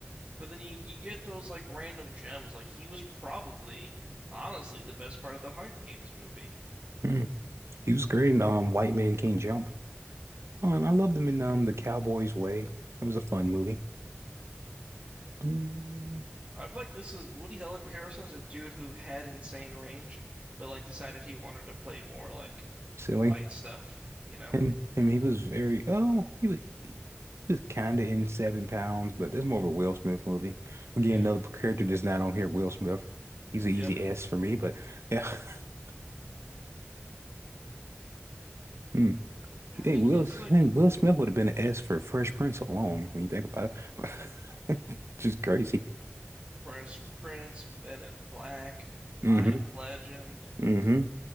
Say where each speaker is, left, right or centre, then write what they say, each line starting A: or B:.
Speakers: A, on the right; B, on the right.
A: but then you you get those like random gems. Like he was probably honestly the best part of the Hunger Games movie.
B: Mm. He was great in um, White Man Can't Jump. Oh, and I loved him in um, The Cowboy's Way. That was a fun movie. Mm,
A: I feel like this is Woody Har- Harrelson's a dude who had insane range, but like decided he wanted to play more like
B: silly.
A: light stuff, you know?
B: And and he was very, oh, he was, he was kind of in Seven Pounds, but that's more of a Will Smith movie. Again,
A: Yeah.
B: another character that's not on here, Will Smith. He's an easy
A: Yep.
B: S for me, but yeah. <laughs> Hmm.
A: I
B: You think
A: think
B: Will,
A: he's like
B: hey, Will Smith would have been an S for Fresh Prince alone when you think about it. <laughs> Just crazy.
A: Prince, Prince, Men in Black,
B: Mm-hmm.
A: I Am Legend,
B: Mm-hmm.